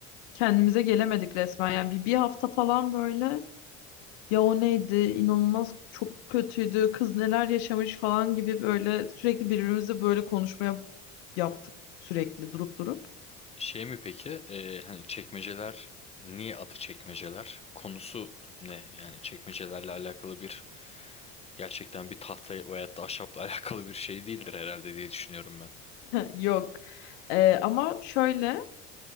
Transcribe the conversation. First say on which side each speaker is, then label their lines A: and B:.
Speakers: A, on the left; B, on the left.
A: Kendimize gelemedik resmen. Yani bir, bir hafta falan böyle ya o neydi inanılmaz çok kötüydü kız neler yaşamış falan gibi böyle sürekli birbirimizle böyle konuşmaya yaptık sürekli durup durup.
B: Şey mi peki? e, hani çekmeceler niye adı çekmeceler? Konusu ne? Yani çekmecelerle alakalı bir gerçekten bir tahta veyahut da ahşapla <laughs> alakalı bir şey değildir herhalde diye düşünüyorum ben.
A: Yok. Ee, ama şöyle